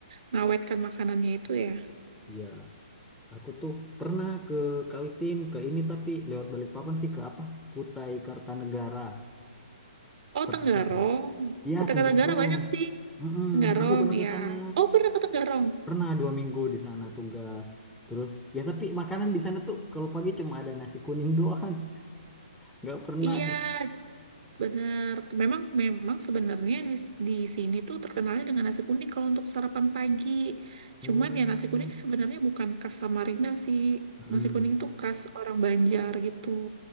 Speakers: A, on the right; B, in the centre.
A: ngawetkan makanannya itu ya.
B: ya. Aku tuh pernah ke Kaltim ke ini tapi lewat Balikpapan sih ke apa? Kutai Kartanegara.
A: Oh,
B: Pernah.
A: Tenggarong.
B: Iya,
A: Kota
B: Tenggarong.
A: Tenggara banyak sih.
B: Mm-mm,
A: Tenggarong,
B: aku pernah ke
A: ya.
B: sana.
A: Oh, pernah ke Tenggarong.
B: Pernah dua minggu di sana tugas. Terus ya tapi makanan di sana tuh kalau pagi cuma ada nasi kuning doang. <laughs> Nggak pernah.
A: Iya, bener. Memang, memang sebenarnya di, di sini tuh terkenalnya dengan nasi kuning kalau untuk sarapan pagi.
B: Oh.
A: Cuman ya nasi kuning sebenarnya bukan khas Samarinda sih.
B: Mm.
A: Nasi kuning itu khas orang Banjar gitu.